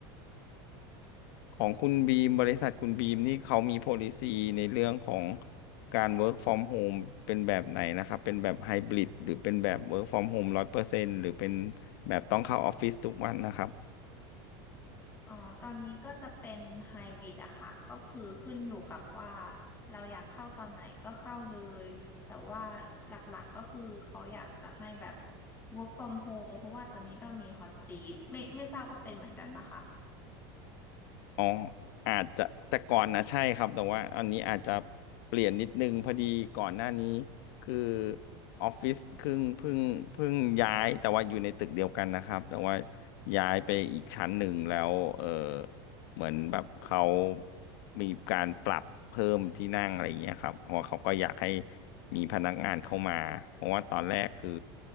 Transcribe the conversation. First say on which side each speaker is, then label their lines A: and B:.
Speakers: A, on the left; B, on the left.
A: ของคุณบีมบริษัทคุณบีมนี่เขามี policy ในเรื่องของการ work from home เป็นแบบไหนนะครับเป็นแบบ hybrid หรือเป็นแบบ work from home ร้อยเปอร์เซ็นต์หรือเป็นแบบต้องเข้าออฟฟิศทุกวันนะครับ
B: อ๋อ ตอนนี้ก็จะเป็นไฮบริดอะค่ะ ก็คือขึ้นอยู่กับว่าเราอยากเข้าตอนไหนก็เข้าเลย แต่ว่าหลักๆก็คือเขาอยากจะให้แบบ work from home เพราะว่าตอนนี้ก็มี hot seat ไม่ไม่ทราบว่าเป็นเหมือนกันปะคะ
A: อ๋ออาจจะแต่ก่อนนะใช่ครับแต่ว่าอันนี้อาจจะเปลี่ยนนิดนึงพอดีก่อนหน้านี้คือออฟฟิศเพิ่งเพิ่งเพิ่งย้ายแต่ว่าอยู่ในตึกเดียวกันนะครับแต่ว่าย้ายไปอีกชั้นหนึ่งแล้วเออเหมือนแบบเขามีการปรับเพิ่มที่นั่งอะไรอย่างเงี้ยครับเพราะว่าเขาก็อยากให้มีพนักงานเข้ามาเพราะว่าตอนแรกคือ